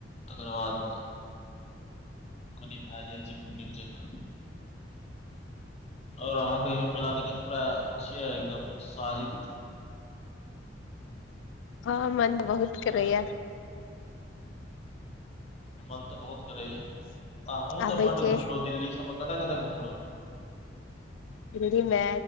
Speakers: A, on the left; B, on the left.
A: तकर बाद कनि भए जाइ छै नीक जकाँ आओर अहाँ कहियो मेला देखै लए पूरा छियै एकदम उत्साहित
B: हँ मने बहुत करैया
A: आ मन त बहुत करैया आ हूँ
B: आबे
A: त बड
B: के
A: घुमलहु दिल्ली सबमे कत कतय घुमलो
B: दिल्ली मे